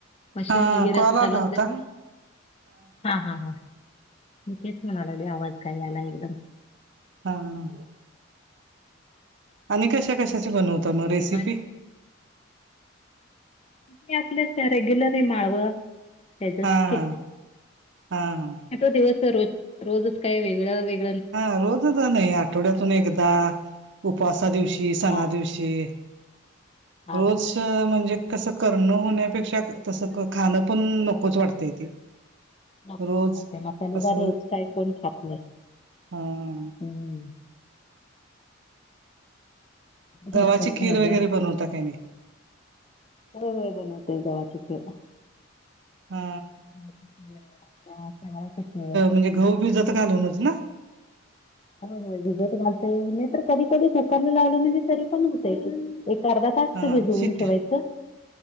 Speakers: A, on the left; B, on the right.
A: मशीन
B: हा
A: वगैरे
B: कॉल
A: असं चालू
B: आला
A: अस
B: होता
A: हा हा हा. मी तेच म्हणालगले आवाज काय याला एकदम.
B: हा हा. आणि कशा कशाची बनवता मग
A: सकाळी
B: रेसिपी.
A: ते आपल्या रेग्युलर आहे माळवं. त्याचंच
B: हा हा
A: की
B: हा हा
A: दिवस रज रोजच काय वेगळ वेग
B: हा रोजच नाही आठवड्यातून एकदा उपवासा दिवशी सणा
A: हा
B: दिवशी. ते
A: हा
B: रोज. त म्हणजे कसं करणं होण्यापेक्षा तसं खाणं पण नकोच वाटतंय ते. <inaudible>
A: नको
B: रोज
A: खाते मसालेदार
B: असं
A: रोज काही कोण खात नाही.
B: हा हा.
A: हम्म.
B: जव्हाची
A: रोजच्याच
B: खीर
A: भाज्या
B: वगैरे बनवता काय नाही.
A: होय होय बनवतोय गव्हाची खीर.
B: हा
A: आपल्या शेवयाची खीर.
B: म्हणजे गहू भिजत घालूनच. ना.
A: होय होय भिजत घालतोय नाही तर कधी कधी कुकरला लावलं म्हणजे तरी पण हुतय की एक. अर्धा तासच
B: हा
A: भिजवून
B: शिट्ट्या
A: ठेवायचं